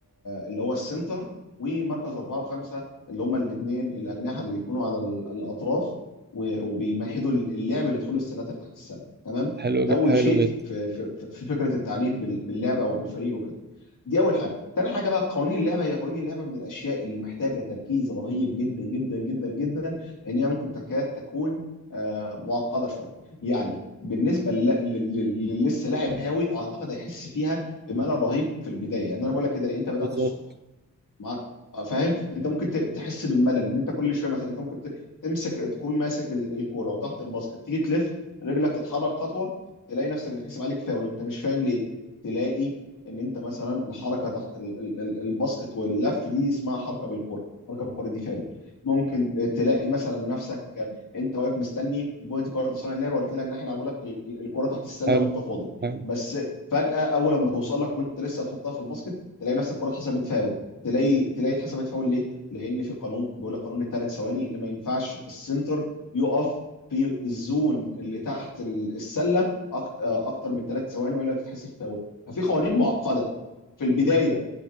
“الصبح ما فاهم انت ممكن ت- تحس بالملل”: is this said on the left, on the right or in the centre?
Left